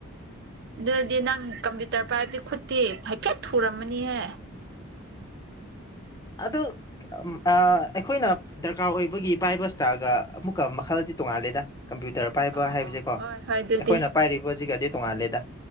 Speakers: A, on the right; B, on the left.
A: ꯑꯗꯨꯗꯤ ꯅꯪ ꯀꯝꯄ꯭ꯌꯨꯇꯔ ꯄꯥꯏꯕꯗꯤ ꯈꯨꯠꯇꯤ ꯍꯥꯏꯐꯦꯠ ꯊꯨꯔꯝꯃꯅꯤꯍꯦ꯫
B: ꯑꯗꯨꯝ ꯑꯥ ꯑꯩꯈꯣꯏꯅ ꯗꯔꯀꯥꯔ ꯑꯣꯏꯕꯒꯤ ꯄꯥꯏꯕ ꯁꯇꯥꯢꯜꯒ ꯑꯃꯨꯛꯀ ꯃꯈꯜꯗꯤ ꯇꯣꯡꯉꯥꯜꯂꯦꯗ ꯀꯝꯄ꯭ꯌꯨꯇꯔ ꯄꯥꯏꯕ
A: ꯑꯣ
B: ꯍꯥꯏꯕꯁꯤꯀꯣ
A: ꯑꯣ ꯍꯣꯏ ꯍꯣꯏ ꯑꯗꯨꯗꯤ
B: ꯑꯩꯈꯣꯏꯅ ꯄꯥꯏꯔꯤꯕꯁꯤꯒꯗꯤ ꯇꯣꯡꯉꯥꯜꯂꯦꯗ